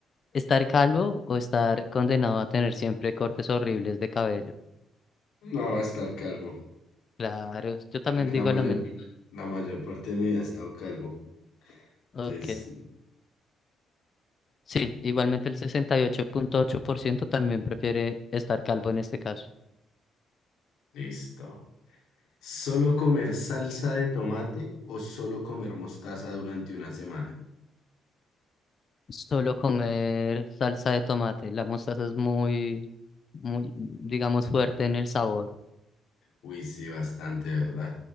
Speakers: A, on the left; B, on the left.
A: ¿Estar calvo o estar condenado a tener siempre cortes horribles de cabello?
B: No, estar calvo.
A: Claro, yo también
B: Creo que
A: digo
B: la mayor,
A: lo mismo.
B: la mayor parte de mi vida he estado calvo.
A: Ok.
B: Entonces,
A: Sí, igualmente el sesenta y ocho ocho punto ocho por ciento también prefiere estar calvo en este caso.
B: listo. ¿Solo comer salsa de tomate o solo comer mostaza durante una semana?
A: Solo comer salsa de tomate. La mostaza es muy, muy, digamos, fuerte en el sabor.
B: Uy, sí, bastante, ¿verdad?